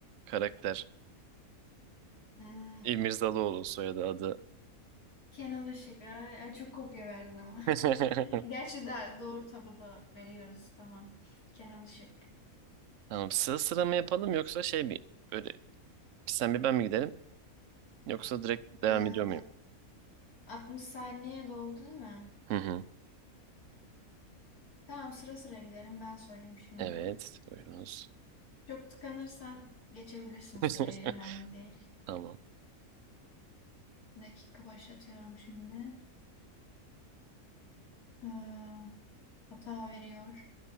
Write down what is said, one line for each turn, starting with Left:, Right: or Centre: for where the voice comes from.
Right: karakter.
Left: Hmm,
Right: İmirzalıoğlu soyadı adı.
Left: Kenan Işık. Ay, ay, çok kopya verdin ama.
Right: <laughs>
Left: <laughs> Gerçi de doğru tabada veriyoruz. Tamam. Kenan Işık.
Right: Tamam sıra sıra mı yapalım yoksa şey mi? Böyle Sen bir ben mi gidelim? Yoksa direkt devam
Left: Ee,
Right: ediyor muyum?
Left: 60 saniye doldu değil mi?
Right: Hı hı.
Left: Tamam sıra sıra gidelim. Ben sorayım şimdi.
Right: Evet, buyurunuz.
Left: Çok tıkanırsan geçebilirsin süreyi.
Right: <laughs>
Left: Önemli değil.
Right: Tamam.
Left: Bir dakika başlatıyorum şimdi. Ee, hata veriyor.